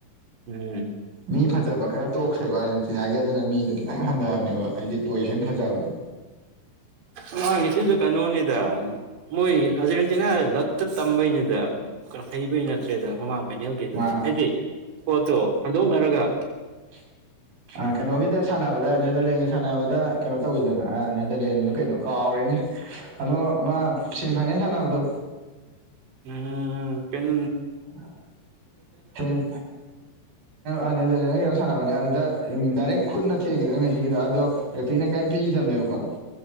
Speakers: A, on the right (about 85°); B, on the right (about 55°).
A: ꯎꯝ꯫
B: ꯃꯤ ꯐꯖꯕ ꯈꯔ ꯇꯣꯛꯈ꯭ꯔꯦꯕ ꯑꯥꯔꯖꯦꯟꯇꯤꯅꯥꯒꯤ ꯑꯗꯨꯅ ꯃꯤꯗꯣ ꯈꯤꯇꯪ ꯍꯟꯊꯕꯅꯦꯕ ꯍꯥꯏꯗꯤ ꯄꯣꯖꯤꯁꯟ ꯐꯖꯕꯗꯣ꯫
A: ꯃꯃꯥꯡꯒꯤꯁꯨ ꯀꯩꯅꯣꯅꯤꯗ ꯃꯣꯏ ꯑꯖꯦꯟꯇꯤꯅꯥ ꯂꯛꯇ ꯇꯝꯕꯩꯅꯤꯗ꯫ ꯍꯩꯕꯩ ꯅꯠꯇ꯭ꯔꯦꯗ ꯃꯃꯥꯡ ꯐꯥꯏꯅꯦꯜꯒꯤꯗꯨꯗꯤ
B: ꯃꯥꯅꯦ
A: ꯍꯥꯏꯗꯤ ꯄꯣꯠꯇꯣ ꯍꯟꯗꯣꯛꯅꯔꯒ꯫
B: <inaudible> ꯑ ꯀꯩꯅꯣꯒꯤꯗ ꯁꯥꯟꯅꯕꯗ ꯅꯦꯗꯔꯂꯦꯟꯒ ꯁꯥꯟꯅꯕꯗ ꯀꯩꯅꯣ ꯇꯧꯋꯤꯗꯅ ꯑ ꯅꯦꯗꯔꯂꯦꯟꯂ‌ꯣ ꯀꯩꯅꯣ ꯀꯥꯎꯔꯦꯅꯦ꯫ ꯑꯃꯥ ꯃꯥ ꯁꯦꯃꯤ ꯐꯥꯏꯅꯦꯜ ꯁꯥꯟꯅꯕꯗꯣ꯫
A: ꯎꯝ ꯄꯤꯟ
B: <unintelligible> ꯁꯤꯝ ꯑ ꯅ‌ꯦꯗ꯭ꯔꯂ‌ꯦꯟ ꯒꯔꯥ ꯀꯩꯅꯣ ꯁꯥꯟꯅꯕꯅꯦ ꯑꯗꯨꯗ ꯗꯥꯏꯔꯦꯛ ꯈꯨꯠꯅ ꯊꯦꯡꯉꯤꯗꯅ ꯃ‌‌ꯦꯁꯤ ꯒꯤꯗ‌ꯣ ꯑꯗꯣ ꯔ‌ꯦꯐ꯭ꯔꯤꯅ ꯀꯩꯝ ꯄꯤꯒꯤꯗꯃꯅꯦꯕꯀꯣ꯫